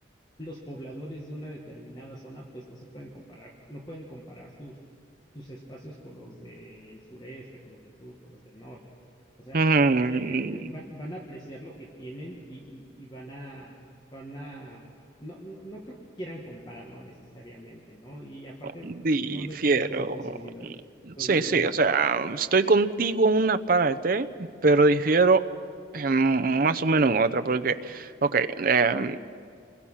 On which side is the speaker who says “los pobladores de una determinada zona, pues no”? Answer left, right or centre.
Left